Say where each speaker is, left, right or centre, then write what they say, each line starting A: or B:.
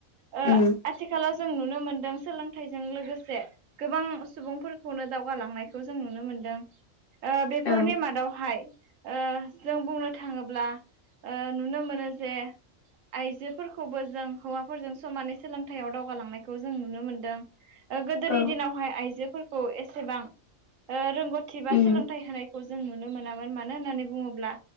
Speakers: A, on the right; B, on the left.
A: ओ
B: उम
A: आथिखालाव। जों नुनो मोनदों सोलोंथाइजों लोगोसे गोबां सुबुंफोरखौनो दावगालांनायखौ जों नुनो मोन। दों ओ बेफोरनि
B: औ
A: मादावहाय ओ जों बुंनो थांङोब्ला। ओ नुनो मोनो जे। आइजोफोरखौबो जों हौवाफोरजों समानै सोलोंथाइयाव दावगालांनायखौ जों नुनो मोनदों। गोदोनि
B: औ
A: दिनावहाय आइजोफोरखौ एसेबां रोंगौथि बा
B: उम
A: सोलोंथाइ होनाय जों नुनो मोनामोन मानो होननानै बुंङोब्ला